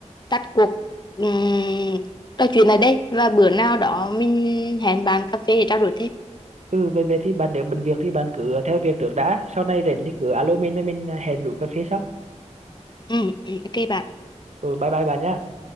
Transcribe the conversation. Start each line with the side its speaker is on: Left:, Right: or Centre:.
Left: tắt cuộc um, trò chuyện này đây và bữa nào đó mình hẹn bạn cà phê để trao đổi thêm
Right: ừ về về thì bạn nếu bận việc thì bạn cứ theo việc trước đã sau này rảnh thì cứ alo mình rồi mình hẹn rủ cà phê sau
Left: ừ, ừ, ok bạn
Right: ừ bye bye bạn nhá